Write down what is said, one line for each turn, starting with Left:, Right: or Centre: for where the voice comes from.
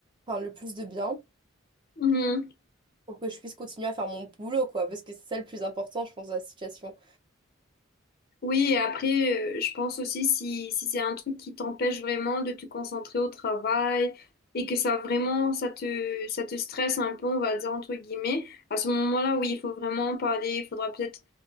Right: enfin le plus de bien,
Left: mhm.
Right: pour que je puisse continuer à faire mon boulot, quoi, parce que c'est ça le plus important, je pense, dans la situation.
Left: Oui, et après, euh, je pense aussi si, si c'est un truc qui t'empêche vraiment de te concentrer au travail et que ça vraiment, ça te, ça te stresse un peu, on va dire entre guillemets, à ce moment-là, oui, il faut vraiment en parler, il faudra peut-être